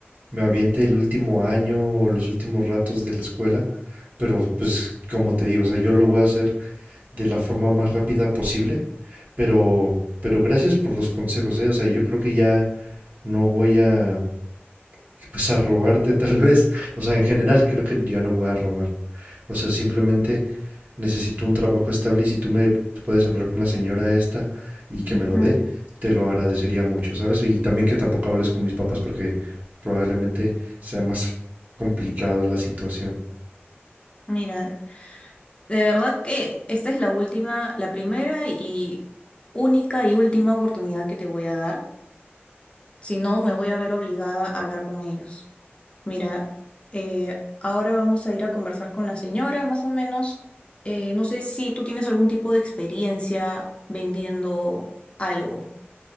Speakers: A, on the right (about 40°); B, on the left (about 25°).
A: me aviente el último año o los últimos ratos de la escuela, pero pues como te digo, o sea, yo lo voy a hacer de la forma más rápida posible, pero pero gracias por los consejos, eh, o sea, yo creo que ya no voy a pues a robarte tal <laughs> vez. O sea, en general creo que yo no voy a robar. O sea, simplemente necesito un trabajo estable y si tú me puedes hablar con la señora esta y que
B: Ujú.
A: me lo dé, te lo agradecería mucho, ¿sabes? Y también que tampoco hables con mis papás porque probablemente sea más complicada la situación.
B: Mira, de verdad que esta es la última, la primera y única y última oportunidad que te voy a dar. Si no, me voy a ver obligada a hablar con ellos. Mira, eh, ahora vamos a ir a conversar con la señora, más o menos. Eh, no sé si tú tienes algún tipo de experiencia vendiendo algo.